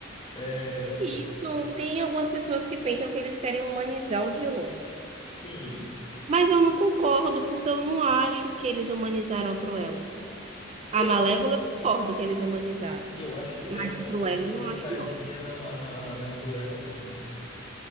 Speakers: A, on the left; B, on the right.
A: É...
B: E isso tem algumas pessoas que pensam que eles querem humanizar os vilões.
A: Sim,
B: Mas eu não concordo, porque eu não acho que eles humanizaram a Cruella.
A: eu,
B: A Malévola, eu concordo que eles
A: eu,
B: humanizaram.
A: eu acho que
B: Mas
A: deram uma
B: a Cruella,
A: humanizadinha
B: eu não acho, não.
A: na, ma- na, na Cruella, sim.